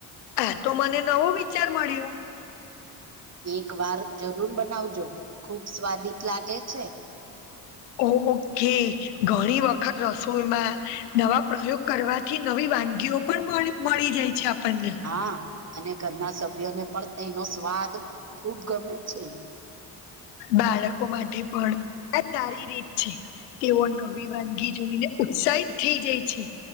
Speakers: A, on the left; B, on the right.
A: આ તો મને નવો વિચાર મળ્યું.
B: એક વાર જરૂર બનાવજો ખુબ સ્વાદિત લાગે છે.
A: ઓ ઓકે ઘણી વખત રસોઈમાં નવા પ્રયોગ કરવાથી નવી વાનગીઓ પણ મળી મળી જાય છે આપણને.
B: હા અને ઘરના સભ્યોને પણ તેનો સ્વાદ ખુબ ગમે છે.
A: બાળકો માટે પણ આ સારી રીત છે. તેઓ નવી વાનગી જોઈને ઉત્સાહિત થઈ જાય છે.